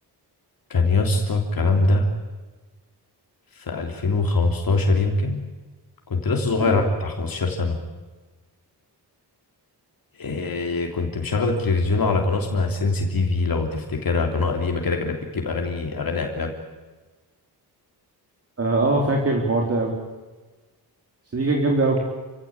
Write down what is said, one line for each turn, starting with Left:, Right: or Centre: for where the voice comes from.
Left: كان يا اسطى الكلام ده في 2015 يمكن كنت لسه صغير
Right: أيوة.
Left: عندي بتاع 15 سنه إيه كنت مشغل التلفزيون على قناه اسمها سينسي تي في لو تفتكرها قناه قديمه كده كانت بتجيب اغاني اغاني اجنبي
Right: اه آه، فاكر الحوار ده قوي بس دي كانت جامده قوي